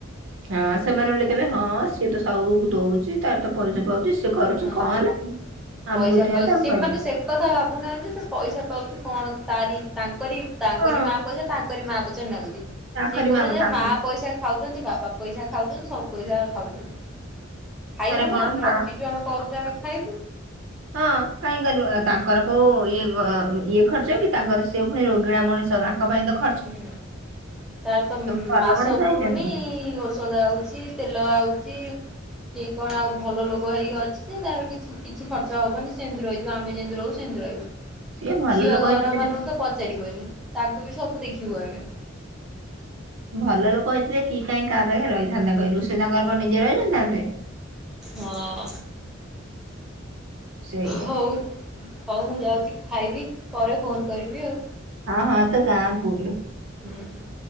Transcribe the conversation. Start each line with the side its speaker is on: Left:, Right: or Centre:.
Right: ହଁ ସେମାନେ ଓଲଟି କେହିବେ ହଁ ସିଏ ତ ସବୁ ଦଉଛି ତାର ତ ପଇସା ପାଉଛି। ସେ କରୁଛି
Centre: ହଁ।
Right: କଣ ହେଲା କି
Centre: ପଇସା
Right: ଆମକୁ ଦିଅନ୍ତା
Centre: ପାଉଛି ସେମାନେ
Right: ଆମେ
Centre: ସେ କଥା ଭାବୁନାହାଁନ୍ତି ଯେ ସେ ପଇସା ପାଉଛି କଣ ତାରି ତାଙ୍କରି ତାଙ୍କରି
Right: ହଁ
Centre: ମା ପଇସା ତାଙ୍କରି ମା ପଛରେ ନାଗୁଛି
Right: ତାଙ୍କରି
Centre: ସିଏ କହୁଛନ୍ତି ଯେ
Right: ତାଙ୍କ
Centre: ମା ପ ପଇସା ଖାଉଛନ୍ତି ବାପା ପଇସା ଖାଉଛନ୍ତି ସବୁ ପଇସା ଖାଉଛନ୍ତି ଖାଇବୁନୁ
Right: ଆରେ କଣ
Centre: ଆମେ
Right: ମା
Centre: ରଖିଚ୍ ଚୁ ଆମେ କରୁଛୁ ଆମେ ଖାଇବୁ।
Right: ହଁ କାହିଁକି କରିବ ଆ ତାଙ୍କର କୋଉ ଇଏ କ ଇଏ ଖର୍ଚ୍ଚ କି ତାଙ୍କର ସେ ପୁଣି ରୋଗିଣା ମଣିଷ ତ ତାଙ୍କ ପାଇଁ ତ ଖ
Centre: ହୁଁ ତାର ତ
Right: ଭଲ
Centre: ମାସ
Right: ମଣିଷ
Centre: ପୁରୁନି
Right: ହେଇଛନ୍ତି
Centre: ଓଷ୍ ଷଧ ଆଉଛି ତେଲ ଆଉଛି। ସିଏ କଣ ଆଉ ଭଲ ଲୋକ ହେଇକି ଅଛି ଯେ ତାର କିଛି କିଛି ଖର୍ଚ୍ଚ ହବନି ସେମିତି ରହି ଯିବ ଆମେ ଯେମିତି ରହୁଛୁ ସେମିତି ରହିବ
Right: ସିଏ ଭଲ
Centre: ଝିଅ
Right: ଲୋକ
Centre: ଘର
Right: ହେଇଛନ୍ତି
Centre: ମାନଙ୍କୁ ତ ପଚାରିବନି ତାଙ୍କୁବି ସବୁ ଦେଖିବୁ ଆମେ।
Right: ଭଲ ଲୋକ ହେଇଥିଲେ କିଏ କାହିଁ କାହା ପାଖରେ ରହିଥାନ୍ତା କହିଲୁ ସେ ତାଙ୍କର କଣ ନିଜେ ରହିନଥାନ୍ତେ?
Centre: ହଁ
Right: ସେଇଆ
Centre: ହୋଉ। ହଉ ମୁଁ ଯାଉଛି ଖାଇବି ପରେ ଫୋନ କରିବି ଆଉ।
Right: ହଁ ହଁ ତୁ ଗାଁ ବୁଲୁ।
Centre: ହୁଁ ହୁଁ।